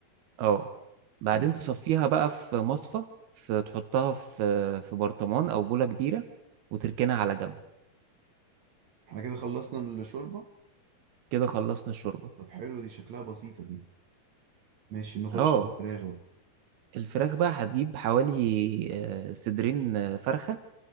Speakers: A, on the right; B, on the right.
A: اه بعدين
B: خلاص
A: تصفيها بقى في مصفى في تحطها في في برطمان او بولة كبيرة وتركنها على جنب
B: احنا كده خلصنا الشوربة
A: كده خلصنا الشوربة
B: طب حلو دي شكلها بسيطة دي ماشي نخش
A: اه
B: على الفراخ بقى
A: الفراخ بقى هتجيب حوالي آه، صدرين آه، فرخة